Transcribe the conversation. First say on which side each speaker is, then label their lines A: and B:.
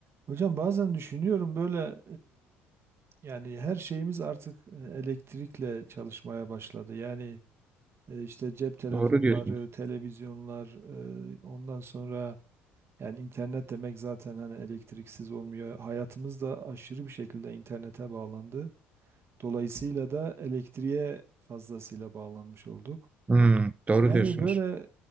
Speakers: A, on the right; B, on the right.
A: Hocam bazen düşünüyorum böyle e, yani her şeyimiz artık e, elektrikle çalışmaya başladı. Yani e, işte cep telefonları,
B: Doğru diyorsunuz.
A: televizyonlar, e, ondan sonra yani internet demek zaten hani elektriksiz olmuyor. Hayatımız da aşırı bir şekilde internete bağlandı. Dolayısıyla da elektriğe fazlasıyla bağlanmış olduk.
B: Hmm, doğru
A: Yani
B: diyorsunuz.
A: böyle